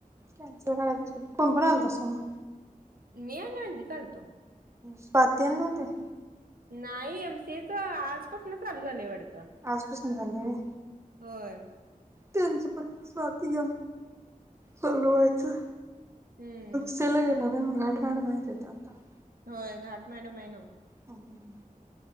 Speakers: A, on the right; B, on the right.
A: कॅन्सल करायचं, कोण कोण आल तसं मग.?
B: मी आणि आंजीच आलतो.
A: स्वाती आली नव्हती?
B: नाही, एम सी ए चं आजापासनं चालू झालंय वाढतं.
A: आजपसनं झालं वय.
B: होय.
A: त्यांच पण स्वाती चालु व्हायचं.
B: हम्म
A: सल गेणार रे म घाट माट माहती येत आता <unintelligible>
B: होय घाट मॅडम. हाय नवं.
A: हम्म.